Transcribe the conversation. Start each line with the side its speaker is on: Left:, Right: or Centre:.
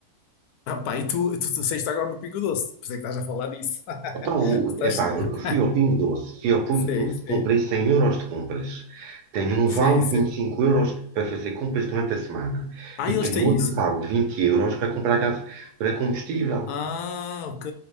Left: Ah, pá, e tu, tu, tu saíste agora no Pingo Doce, por isso é que estás a falar nisso. <laughs>
Right: Então, o-
Left: Estás...
Right: epá, eu
Left: <laughs>
Right: fui ao Pingo Doce, fui ao Pingo
Left: Sei,
Right: Doce,
Left: sei,
Right: comprei 100 euros de compras. Tenho um
Left: sei,
Right: vale de
Left: sei.
Right: 25 euros para fazer compras durante a semana.
Left: Ah,
Right: E
Left: eles
Right: tenho
Left: têm
Right: outro
Left: isso.
Right: vale de 20 euros para comprar gás, para combustível.
Left: Ah, ok.